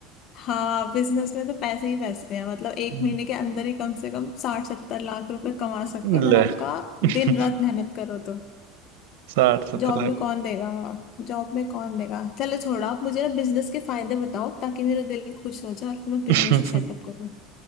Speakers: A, on the left; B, on the right.
A: हाँ बिजनेस में तो पैसे ही पैसे हैं मतलब एक
B: हम्म,
A: महीने के अंदर ही कम से कम साठ सत्तर लाख रुपए कमा सकते
B: ले
A: हो अगर आपका
B: <laughs>
A: दिन रात मेहनत करो तो
B: साठ सत्तर
A: जॉब में कौन देगा जॉब में कौन देगा चलो छोड़ो आप मुझे ना बिजनेस के फायदे बताओ ताकि मेरा दिल खुश हो जाए और फिर मैं बिजनेस
B: लाख
A: ही सेटअप
B: <laughs>
A: करूँ